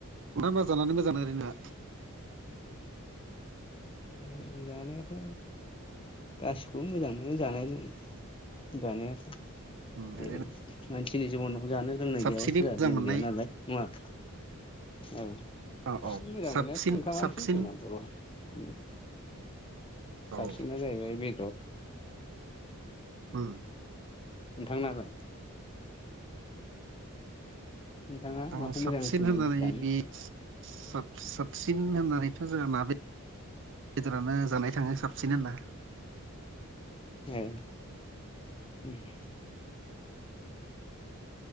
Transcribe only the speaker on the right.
मा मा जानानै मोजां मोनो ओरैनो?
उम
ओरैनो
साबसिनै
मोजां
मोननाय
औ औ
साबसिन
साबसिन
औ
ओम।
आं
साबसिन
होनजानाय
बे साब साबसिन होननानैथ' जोंङो ना बेद बेदेरानो जानाय थाङो साबसिन होनबा।